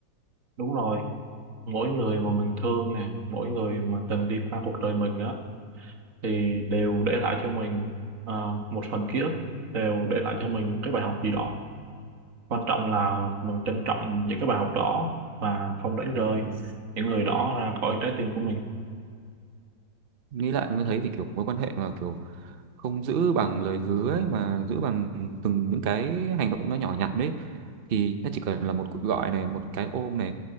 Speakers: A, on the right; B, on the right.
A: đúng rồi mỗi người mà mình thương nè mỗi người mà từng đi qua cuộc đời mình đó thì đều để lại cho mình ờ, một phần ký ức đều để lại cho mình một cái bài học gì đó quan trọng là mình trân trọng những cái bài học đó và không đánh rơi những người đó ra khỏi trái tim của mình
B: nghĩ lại mới thấy thì kiểu mối quan hệ mà kiểu không giữ bằng lời hứa ấy, mà giữ bằng từng những cái hành động nó nhỏ nhặt đấy thì nó chỉ cần là một cuộc gọi này một cái ôm này